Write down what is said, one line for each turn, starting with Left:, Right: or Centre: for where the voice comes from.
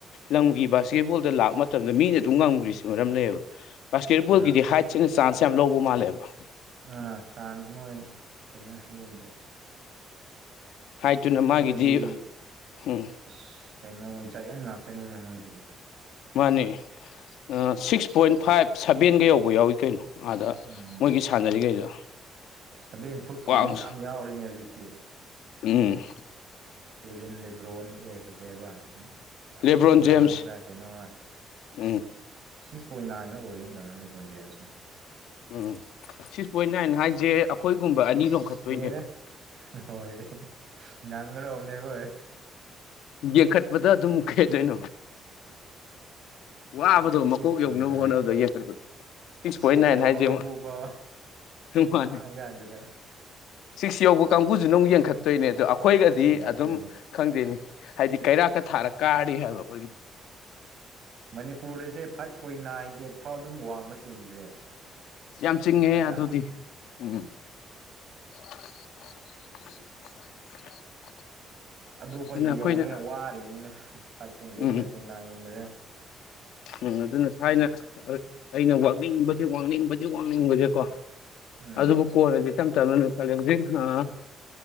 Left: ꯂꯝꯒꯤ ꯕꯥꯁꯀꯦꯠꯕꯣꯜꯗ ꯂꯥꯛꯄ ꯃꯇꯝꯗ ꯃꯤꯅ ꯑꯗꯨꯝ ꯉꯝꯈꯔꯤꯁꯦ ꯃꯔꯝ ꯂꯩꯌꯦꯕ ꯕꯥꯁꯀꯦꯠꯕꯣꯜꯒꯤꯗꯤ
Right: ꯑꯥ
Left: ꯍꯥꯏꯠꯁꯤꯅ ꯆꯥꯡꯁ ꯌꯥꯝ ꯂꯧꯕ ꯃꯥꯜꯂꯦꯕ
Right: ꯑꯥ ꯆꯥꯡꯁ ꯃ‌ꯣꯏ ꯆꯨꯝꯃꯦ ꯑꯗꯨꯕꯨꯗꯤ
Left: ꯍꯥꯏꯠꯇꯨꯅ ꯃꯥꯒꯤꯗꯤ
Right: ꯃꯣꯏꯗꯤ
Left: ꯎꯝ
Right: ꯏꯁ ꯀꯩꯅꯣ ꯖꯌꯦꯟ ꯉꯥꯛꯇꯅꯤꯅꯦ ꯃꯣꯏꯗꯤ
Left: ꯃꯥꯅꯦ ꯑ ꯁꯤꯛꯁ ꯄꯣꯏꯟ ꯐꯥꯏꯚ ꯁꯕꯦꯟꯒ ꯌꯧꯕ ꯌꯥꯎꯋꯤ ꯀꯩꯅꯣ ꯑꯥꯗ
Right: ꯎꯝ
Left: ꯃꯣꯏꯒꯤ ꯁꯥꯟꯅꯔꯤꯈꯩꯗꯣ
Right: ꯁꯚꯦꯟ ꯐꯨꯠꯀꯨꯝꯕꯁꯤ
Left: ꯋꯥꯡ
Right: ꯌꯥꯝ ꯌꯥꯎꯔ‌ꯦꯅꯦ ꯍꯧꯖꯤꯛꯇꯤ
Left: ꯎꯝ
Right: ꯀꯦꯕꯤꯟ ꯂꯦꯕ꯭ꯔꯣꯟ ꯑꯦ ꯀꯩꯀꯩꯕ
Left: ꯂꯦꯕ꯭ꯔꯣꯟ
Right: ꯑꯁ ꯇꯨꯔꯥꯟ꯭ꯔ
Left: ꯖꯦꯝꯁ
Right: ꯀꯩꯅꯣ
Left: ꯎꯝ
Right: ꯁꯤꯛꯁ ꯄꯣꯏꯟ ꯅꯥꯏꯅ ꯑꯣꯏꯒꯨꯝ ꯇꯧꯕꯅ‌ꯦ ꯅꯤꯕꯣꯟ ꯖ‌ꯦꯝꯁ ꯇ‌ꯣ
Left: ꯎꯝ ꯁꯤꯛꯁ ꯄꯣꯏꯟ ꯅꯥꯏꯟ ꯍꯥꯏꯁꯦ ꯑꯩꯈꯣꯏꯒꯨꯝꯕ ꯑꯅꯤ
Right: ꯑꯁ
Left: ꯂꯣꯟꯈꯠꯇꯣꯏꯅꯦꯕ
Right: ꯂꯣꯏꯔꯦ ꯍꯣꯏ ꯉꯥꯡꯒꯗꯧꯕꯅꯦ ꯑꯩꯈꯣꯏ
Left: ꯌꯦꯡꯈꯠꯄꯗ ꯑꯗꯨꯝ ꯀꯩꯗꯣꯏꯅꯣ ꯋꯥꯕꯗꯣ
Right: ‌ꯂ‌ꯣꯏꯔ‌ꯦ
Left: ꯃꯀꯣꯛ
Right: ꯁꯤꯛꯁ ꯄꯣꯏꯟ
Left: ꯌꯧꯅꯕ
Right: ꯅꯥꯏꯟ
Left: <unintelligible> ꯄꯣꯏꯟ
Right: ꯁꯤꯤꯁꯤꯣ
Left: ꯅꯥꯏꯟ ꯍꯥꯏꯁꯦ
Right: ꯀꯝꯕꯨ ꯄ
Left: ꯃꯥꯅꯦ
Right: ꯋꯥꯉꯅꯤꯖꯗꯦ
Left: ꯁꯤꯛꯁ ꯌꯧꯕ ꯀꯥꯡꯕꯨꯁꯨꯅ ꯑꯃꯨꯛ ꯌꯦꯡꯈꯠꯇꯣꯏꯅꯦ ꯑꯗꯣ ꯑꯩꯈꯣꯏꯒꯗꯤ
Right: ꯌꯦꯡꯈꯠꯇꯣꯏꯅꯦ
Left: ꯑꯗꯨꯝ ꯈꯪꯗꯦꯅꯦ ꯍꯥꯏꯗꯤ ꯀꯩꯔꯥꯛꯀ ꯊꯥꯔ ꯀꯥꯔꯤ ꯍꯥꯏꯕ ꯑꯩꯈꯣꯏꯒꯤ
Right: ꯃꯅꯤꯄꯨꯔꯗꯁꯦ ꯐꯥꯏꯚ ꯄꯣꯏꯟ ꯅꯥꯏꯟ ꯑꯩꯠ ꯐꯥꯎ ꯑꯗꯨꯝ ꯋꯥꯡꯕ ꯆꯤꯡꯈ꯭ꯔꯦ
Left: ꯌꯥꯝ ꯆꯤꯡꯉꯦ
Right: ꯅꯠꯇ꯭ꯔꯥ
Left: ꯑꯗꯨꯗꯤ ꯎꯝ <unintelligible>
Right: ꯑꯗꯨ ꯐ
Left: ꯑꯗꯨꯅ ꯑꯩꯈꯣꯏꯅ
Right: ꯌꯧꯅꯤꯉꯥꯏ ꯋꯥꯔꯤꯅꯤꯅꯦ ꯐꯥꯏꯚ ꯄꯣꯏꯟ ꯑꯩꯠ
Left: ꯎꯝ
Right: ꯐꯥꯏꯚ ꯄꯣꯏꯟ ꯅꯥꯏꯟꯒꯨꯝꯕꯁꯅ
Left: ꯎꯝ ꯑꯗꯨꯅ ꯊꯥꯏꯅ ꯑꯩꯅ ꯋꯥꯥꯛꯅꯤꯡꯕꯁꯤ ꯋꯥꯡꯅꯤꯡꯕꯕꯁꯤ ꯈꯪꯅꯤꯡꯕꯁꯦꯀꯣ
Right: ꯎꯝ
Left: ꯑꯗꯨꯕꯨ ꯀꯣꯟꯜꯂꯗꯤ ꯇꯞ ꯇꯞꯅꯅꯦ ꯈꯂꯦ ꯍꯧꯖꯤꯛ ꯑꯥ